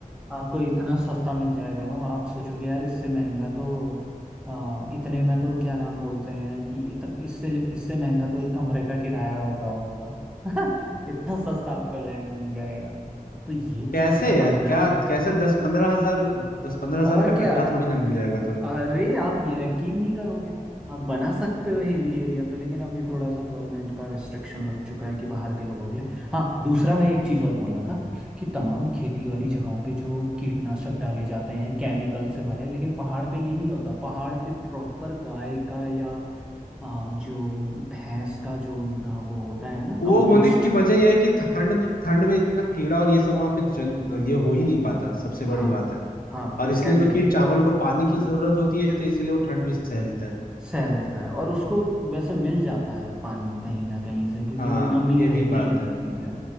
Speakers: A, in the centre; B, on the left (about 75°).
A: आपको इतना सस्ता मिल जाएगा ना आप सोचोगे यार इससे महंगा तो आ, इतने में तो क्या नाम बोलते हैं कि इतन, इससे इससे महंगा तो एक कमरे का किराया होता होगा <laughs> इतना सस्ता आपको लैंड मिल जाएगा तो ये
B: कैसे
A: चीज़ का फायदा
B: यार क्या कैसे दस पंद्रह हजार दस पंद्रह हजार
A: और
B: रुपये
A: क्या
B: कट्ठा थोड़ी ना मिल जाएगा तुम्हें।
A: अरे आप ये यकीन नहीं करोगे आप बना सकते हो हिली एरिया पे लेकिन अभी थोड़ा सा गवर्नमेंट का रेस्ट्रिक्शन लग चुका है कि बाहर के लोगों के लिए हाँ दूसरा मैं एक चीज़ और बोल रहा था कि तमाम खेती वाली जगहों पे जो कीटनाशक डाले जाते हैं केमिकल से भरे लेकिन पहाड़ पे ये नहीं होता पहाड़ पे प्रॉपर गाय का या आ, जो भैंस का जो उनका वो होता है ना
B: वो
A: कंपोस्ट
B: होने की वजह यह है कि ठंड में ठंड में इतना कीड़ा और ये सब वहां पे जन ये हो ही नहीं पाता सबसे बड़ी
A: हाँ
B: बात है
A: हाँ
B: और
A: एग्जैक्टली
B: इसलिए जो कि चावल को पानी की जरूरत होती है तो इसीलिए वो ठंड भी सह लेता है
A: सह लेता है और उसको वैसे मिल जाता है पानी कहीं ना कहीं से क्योंकि
B: हाँ
A: वो नमी
B: यही
A: रहती
B: बात
A: है मिट्टी
B: है
A: में